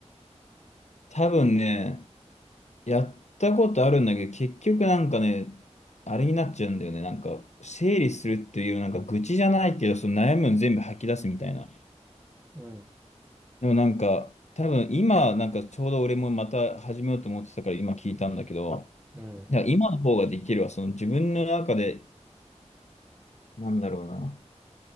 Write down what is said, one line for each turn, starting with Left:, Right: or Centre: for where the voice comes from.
Left: 多分ね、やったことあるんだけど、結局なんかね、あれになっちゃうんだよね。なんか、整理するっていう、なんか愚痴じゃないけど、その悩みを全部吐き出すみたいな。
Right: うん、
Left: でもなんか、多分今、なんかちょうど俺もまた始めようと思ってたから今聞いたんだけど、
Right: うん、
Left: いや今の方ができるわ。その自分の中で、なんだろうな。